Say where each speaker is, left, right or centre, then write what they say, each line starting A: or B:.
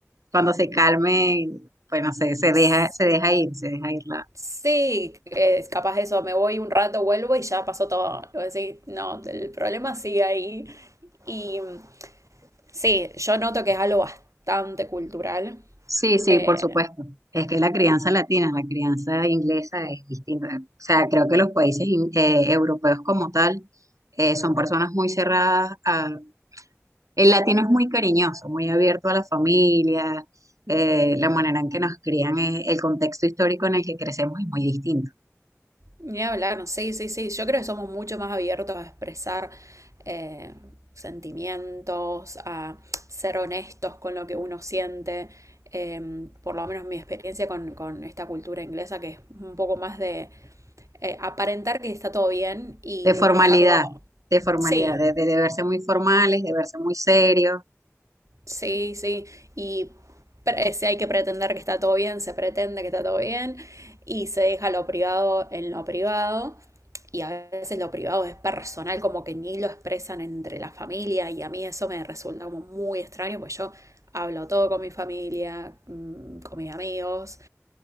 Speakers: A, on the right; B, on the right.
A: cuando se calme, pues no sé, se
B: S-
A: deja, se deja ir, se deja ir la.
B: Sí, es capaz de eso, me voy un rato, vuelvo y ya pasó todo. Voy a decir, no, el problema sigue ahí. Y Sí, yo noto que es algo bastante cultural.
A: Sí, sí,
B: Eh,
A: por supuesto. Es que la crianza latina, la crianza inglesa es distinta. O sea, creo que los países in- eh, europeos como tal eh, son personas muy cerradas a... El latino es muy cariñoso, muy abierto a la familia, eh, la manera en que nos crían, eh, el contexto histórico en el que crecemos es muy distinto.
B: ni hablar, no, sí, sí, sí. Yo creo que somos mucho más abiertos a expresar eh, sentimientos, a ser honestos con lo que uno siente. Eh, por lo menos mi experiencia con, con esta cultura inglesa, que es un poco más de eh, aparentar que está todo bien y
A: De formalidad,
B: dejarlo.
A: de formalidad,
B: Sí,
A: de, de, de verse muy formales, de verse muy serios
B: Sí, sí. Y pre- si hay que pretender que está todo bien, se pretende que está todo bien y se deja lo privado en lo privado. Y a veces lo privado es personal, como que ni lo expresan entre la familia y a mí eso me resulta como muy extraño, pues yo hablo todo con mi familia, mm, con mis amigos.